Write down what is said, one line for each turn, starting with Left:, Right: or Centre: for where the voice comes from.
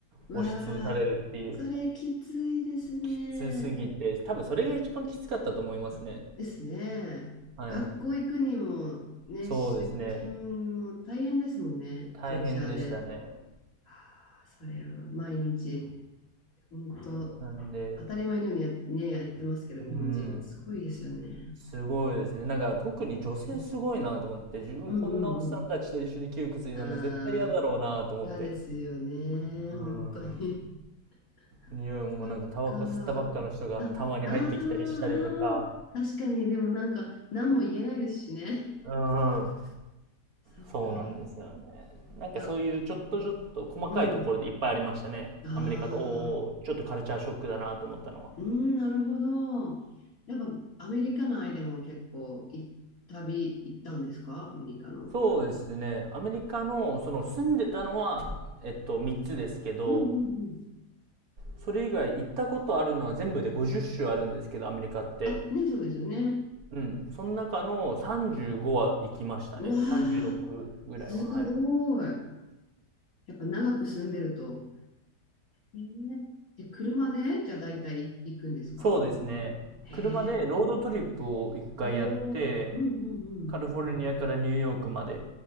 Left: わ
Right: 押しつぶされるっていう。
Left: あ、それきついですね。
Right: きつすぎて、多分それが一番きつかったと思いますね。
Left: あですね。
Right: はい。
Left: 学校行くにも、ね、
Right: そうですね。
Left: 出勤も大変ですもんね、
Right: 大変でしたね。
Left: 電車で。ああ、それは毎日。本当、
Right: なんで、
Left: 当たり前のようにや、ね、やってますけど、日本人。
Right: うん、
Left: すごいですよね。
Right: すごいですね。なんか特に女性すごいなと思って、
Left: うん
Right: 自分こんなおっさんたちと一緒に窮屈になるの絶対嫌だろうなと思って。
Left: うんうんうん。ああ、嫌ですよね。
Right: うん。
Left: 本当に。
Right: 匂いもなんかタバコ吸ったばっかの人がたまに入ってきたりしたりとか。
Left: <laughs> そっか。あ、あーあー、確かに。でもなんか、何も言えないですしね。
Right: うん。
Left: <laughs> そっか。
Right: そうなんですよね。なんかそういうちょっとちょっと細かいところでいっぱいありましたね。
Left: いや、うん。うんああ、
Right: アメリカと、おーおー、ちょっとカルチャーショックだなと思ったのは。
Left: うん、なるほど。やっぱ、アメリカ内でも結構い、旅行ったんですかアメリカの。
Right: そうですね。アメリカの、その住んでたのは、えっと、3つですけど、
Left: うんうん
Right: それ以外行ったことあるのは全部で50州あるんですけど、アメリカって。
Left: あ、ね、そうですよね。
Right: うん。その中の35は行きましたね。
Left: うわー、
Right: 36ぐらいは、
Left: すごい。
Right: はい。
Left: やっぱ長く住んでると。えー、で、車でじゃあ大体行くんですか
Right: そうですね。
Left: へえ。
Right: 車でロードトリップを1回やって、
Left: おー、うんうんうん。
Right: カリフォルニアからニューヨークまで、